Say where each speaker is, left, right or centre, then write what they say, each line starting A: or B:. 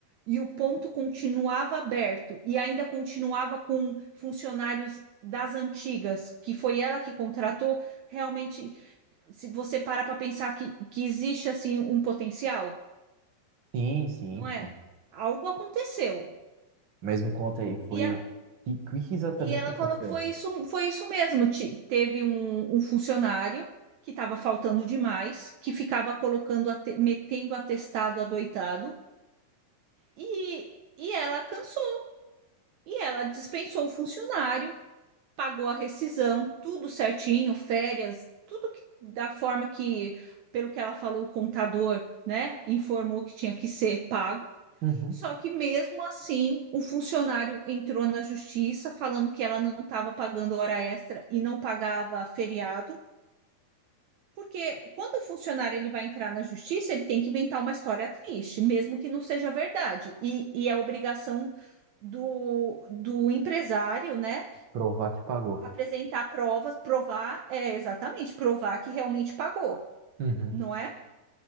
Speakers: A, on the right; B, on the right.
A: e o ponto continuava aberto e ainda continuava com funcionários das antigas, que foi ela que contratou, realmente, se você para para pensar que, que existe assim um potencial,
B: Sim, sim,
A: não
B: pô.
A: é? Algo aconteceu.
B: Mas me conta aí, foi.
A: E, a-
B: O que, que exatamente
A: E ela
B: aconteceu?
A: falou que foi isso, foi isso mesmo. Ti- Teve um, um funcionário que estava faltando demais, que ficava colocando, ate- metendo atestado adoitado, e, e ela cansou. E ela dispensou o funcionário, pagou a rescisão, tudo certinho, férias, tudo que- da forma que, pelo que ela falou, o contador, né, informou que tinha que ser pago.
B: Uhum.
A: Só que mesmo assim, o funcionário entrou na justiça falando que ela não estava pagando hora extra e não pagava feriado, porque quando o funcionário ele vai entrar na justiça, ele tem que inventar uma história triste, mesmo que não seja verdade. E, e é obrigação do, do empresário, né,
B: Provar que pagou.
A: apresentar provas, provar, é, exatamente, provar que realmente pagou,
B: Uhum.
A: não é?